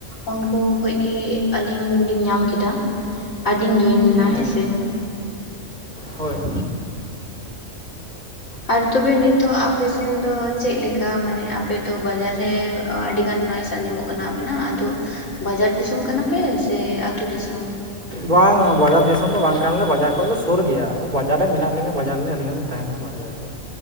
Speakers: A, on the left; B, on the right.
A: ᱩᱱᱠᱩ ᱠᱷᱚᱡ ᱜᱮ ᱟᱞᱤᱧ ᱞᱤᱧ ᱧᱟᱢ ᱠᱮᱫᱟ ᱾ ᱟᱰᱤᱧ ᱡᱚᱭᱮᱱᱟ,
B: ᱚ
A: ᱦᱮᱸ ᱥᱮ?
B: ᱦᱳᱭ <unintelligible>
A: ᱟᱨ ᱛᱚᱵᱮ ᱱᱤᱛᱚᱜ ᱟᱯᱮᱥᱮᱱ ᱫᱚ ᱪᱮᱫ ᱞᱮᱠᱟ ᱢᱟᱱᱮ ᱟᱯᱮᱫ ᱫᱚ ᱵᱟᱡᱟᱨ ᱨᱮ ᱟᱰᱤ ᱜᱟᱱ ᱱᱚᱭᱮᱥ ᱟᱸᱧᱡᱚᱢᱚᱜ ᱠᱟᱱᱟ ᱟᱵᱤᱱᱟᱜ ᱟᱫᱚ ᱵᱟᱡᱟᱨ ᱫᱤᱥᱚᱢ ᱠᱟᱱᱟ ᱯᱮ ᱥᱮ ᱟᱛᱩ ᱫᱤᱥᱚᱢ?
B: ᱵᱟᱝ ᱵᱟᱡᱟᱨ ᱫᱤᱥᱚᱢ ᱫᱚ ᱵᱟᱝ ᱠᱟᱱᱟ ᱞᱮ ᱵᱟᱡᱟᱨ ᱠᱷᱚᱡ ᱞᱮ ᱥᱩᱨ ᱜᱮᱭᱟ ᱟᱫᱚ ᱵᱟᱡᱟᱨ ᱨᱮ ᱢᱮᱱᱟᱜ ᱞᱤᱧᱟ ᱵᱟᱡᱟᱨ ᱨᱮ ᱟᱞᱤᱧ ᱦᱚᱸᱞᱤᱧ ᱛᱟᱦᱮᱱᱟ ᱾ ᱵᱟᱡᱟᱨ <unintelligible>